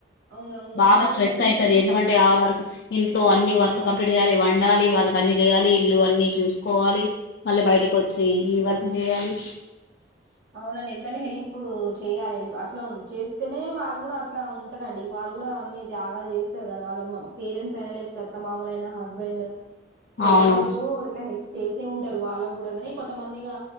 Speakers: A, on the right (about 55°); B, on the left (about 60°).
A: అవునవును
B: బాగా
A: ఎంతైనా
B: స్ట్రెస్
A: సపోర్ట్
B: అయితది ఎందుకం టే ఆ వర్క్ ఇంట్లో అన్ని వర్క్ కంప్లీట్ చేయ్యాలి వండాలి వాళ్ళకి అన్ని చేయాలి ఇల్లు అన్ని చూ కోవాలి మళ్ళీ బయటకి వచ్చి ఈ వరకు చేయాలి
A: అవునండి ఎంతన హెల్ప్ చేయ్యాలిల్ప్ అట్లా చేస్తేనే వాళ్ళు కూడా అట్ల ఉ ఉంటారండి వాళ్ళు కూడా అన్ని త్యాగాలు చేస్తారు కదా వాళ్ళ పేరెంట్స్ అయినా లేకపోతేత్త మాములయినా హస్బెండ్ <inaudible>
B: అవును
A: ఎవరో ఒకరు ఇట్లా హెల్ప్ చేసే ఉంటారు వాళ్ళకి కూడా గాని కొంతమందిగా